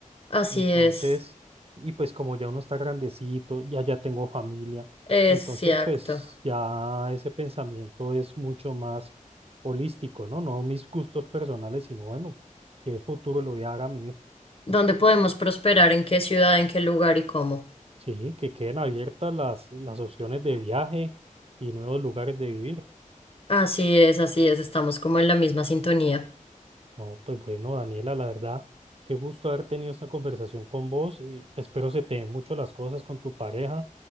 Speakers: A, on the left; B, on the right.
A: así
B: Entonces,
A: es.
B: y pues como ya uno está grandecito, ya ya tengo familia,
A: Exacto.
B: entonces pues ya ese pensamiento es mucho más holístico, ¿no? No mis gustos personales, sino bueno, qué futuro le voy a dar a mi hijo.
A: ¿Dónde podemos prosperar? ¿En qué ciudad? ¿En qué lugar y cómo?
B: Sí, que queden abiertas las, las opciones de viaje y nuevos lugares de vivir.
A: Así es, así es, estamos como en la misma sintonía.
B: No, pues bueno, Daniela, la verdad, qué gusto haber tenido esta conversación con vos. y espero se te den mucho las cosas con tu pareja.